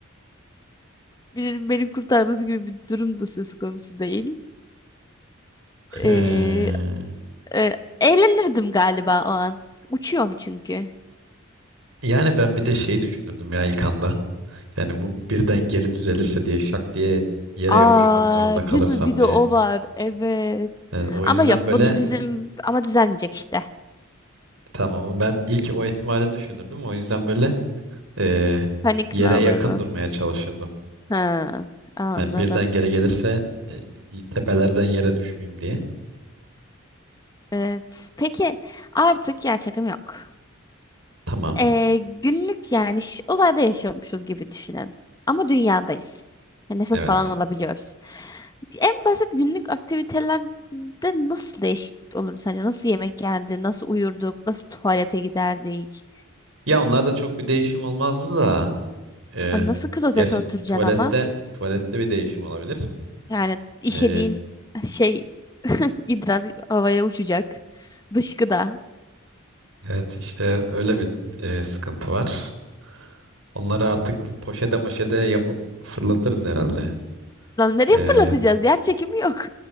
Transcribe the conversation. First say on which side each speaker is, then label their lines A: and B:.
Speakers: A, on the left; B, on the right.
A: Birinin beni kurtarması gibi bir durum da söz konusu değil. Ee,
B: Ee,
A: e, eğlenirdim galiba o an. Uçuyorum çünkü.
B: yani ben bir de şey düşünürdüm ya ilk anda. Yani bu birden geri düzelirse diye şak diye yere
A: Aa,
B: yapışmak zorunda kalırsam
A: değil mi? Bir de
B: diye.
A: o var. Evet.
B: Yani o
A: Ama
B: yüzden
A: yok
B: böyle
A: bunun bizim ama düzelmeyecek işte.
B: tamam ama ben ilk o ihtimali düşünürdüm. O yüzden böyle eee,
A: Panik
B: yere
A: mi olurdun?
B: yakın durmaya çalışırdım.
A: Ha, anladım.
B: Hani birden geri gelirse e, tepelerden yere düşmeyeyim diye.
A: Evet. Peki artık yer çekim yok.
B: Tamam.
A: Ee, günlük yani ş- uzayda yaşıyormuşuz gibi düşünelim. Ama dünyadayız. Yani nefes
B: Evet.
A: falan alabiliyoruz. En basit günlük aktivitelerde nasıl değişiklik olur sence? Nasıl yemek yerdi? Nasıl uyurduk? Nasıl tuvalete giderdik?
B: Ya onlar da çok bir değişim olmazdı da. eee,
A: Ay, Nasıl klozete
B: gerçi
A: oturacaksın
B: tuvalette
A: ama?
B: tuvalette bir değişim olabilir.
A: Yani işediğin
B: Eee,
A: şey <laughs> idrar havaya uçacak. Dışkıda.
B: evet işte öyle bir eee, sıkıntı var. Onları artık bir poşete moşede yapıp fırlatırız herhalde.
A: Lan nereye
B: Ee,
A: fırlatacağız? Yer çekimi yok.